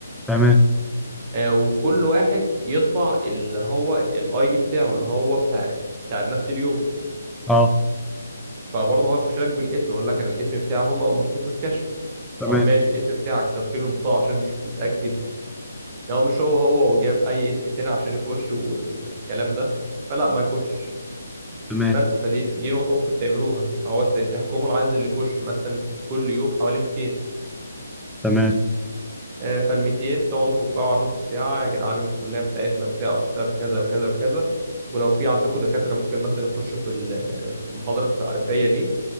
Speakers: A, in the centre; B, on the right (about 30°).
A: تمام
B: آه وكل واحد يطبع اللي هو الاي دي بتاعه اللي هو بتاع بتاع نفس اليوم
A: اه
B: فبرضه هو يخش لك بالاسم يقول لك انا الاسم بتاعه هو مكتوب في الكشف
A: تمام
B: طب ماشي الاسم بتاعك طب فين البطاقه عشان نشوف نتاكد لو مش هو هو وجاب اي اسم تاني عشان يخش والكلام ده فلا ما يخشش
A: تمام
B: بس فدي دي نقطة ممكن تعملوها هو ت- تحكموا العدد اللي يخش مثلا كل يوم حوالي 200
A: تمام
B: آه، فال 200 تقعدوا في القاعة نص ساعة يا جدعان إن الكلية بتاعتنا فيها أقسام كذا وكذا وكذا ولو في عندكم دكاترة ممكن مثلا يخشوا في ال- في المحاضرة التعريفية دي